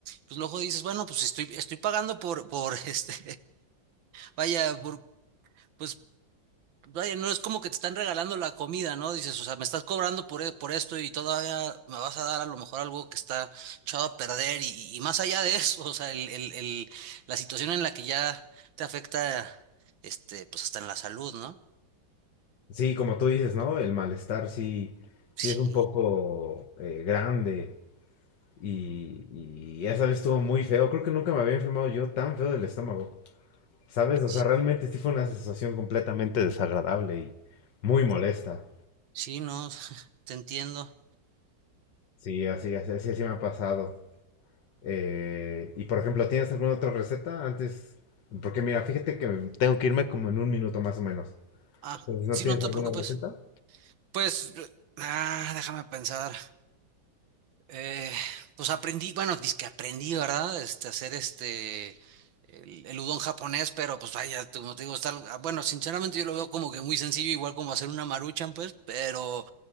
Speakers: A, on the right (about 80°); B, on the left (about 65°).
A: pues luego dices, bueno, pues estoy, estoy pagando por, por <laughs> este, vaya, por, pues vaya, no es como que te están regalando la comida, ¿no? Dices, o sea, me estás cobrando por, e- por esto y todavía me vas a dar a lo mejor algo que está echado a perder y, y más allá de eso, o sea, el, el, el- la situación en la que ya te afecta, este, pues hasta en la salud, ¿no?
B: Sí, como tú dices, ¿no? El malestar sí,
A: Sí,
B: sí es un poco eh, grande y, y esa vez estuvo muy feo. Creo que nunca me había enfermado yo tan feo del estómago, ¿sabes? O
A: sí,
B: sea, realmente sí fue una sensación completamente desagradable y muy molesta.
A: sí, no, <laughs> te entiendo.
B: Sí, así, así, así, así me ha pasado. Eh, y por ejemplo, ¿tienes alguna otra receta antes? Porque mira, fíjate que tengo que irme como en un minuto más o menos.
A: Ah,
B: Entonces, ¿no
A: sí,
B: tienes
A: no te
B: alguna
A: preocupes.
B: receta?
A: Pues, ah, déjame pensar. Eh, pues aprendí, bueno, que aprendí, ¿verdad? Este, hacer este, el, el udon japonés, pero pues vaya, te- como te digo, está, ah, bueno, sinceramente yo lo veo como que muy sencillo, igual como hacer una maruchan, pues, pero